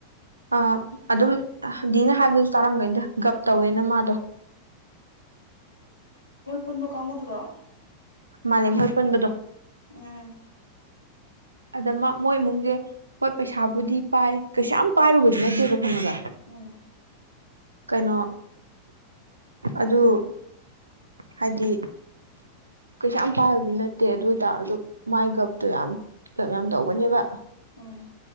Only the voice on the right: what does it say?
ꯑ ꯑꯗꯨꯝꯗꯤꯅ ꯍꯥꯏꯕꯗꯨ ꯆꯥꯔꯝꯒꯩꯗ ꯒꯞ ꯇꯧꯋꯦꯅ ꯃꯥꯗꯣ
ꯃꯥꯂꯦꯝ ꯃꯣꯏ ꯄꯨꯟꯕꯗꯣ
ꯑꯗꯃ ꯃꯣꯏ ꯏꯃꯨꯡꯒꯤ ꯍꯣꯏ ꯄꯩꯁꯥꯕꯨꯗꯤ ꯄꯥꯏ ꯀꯩꯁꯥ ꯌꯥꯝ ꯄꯥꯏꯔꯨꯕꯗꯤ ꯅꯠꯇꯦꯕ ꯈꯪꯉꯒ
ꯀꯩꯅꯣ ꯑꯗꯨ ꯍꯥꯏꯗꯤ ꯀꯩꯁꯥ ꯌꯥꯝ ꯄꯥꯏꯕ ꯅꯠꯇꯦ ꯑꯗꯨ ꯑꯣꯏꯇꯥꯔꯁꯨ ꯃꯥꯏ ꯒꯞꯇꯣ ꯌꯥꯝ ꯀꯞ ꯌꯥꯝ ꯇꯧꯒꯅꯦꯕ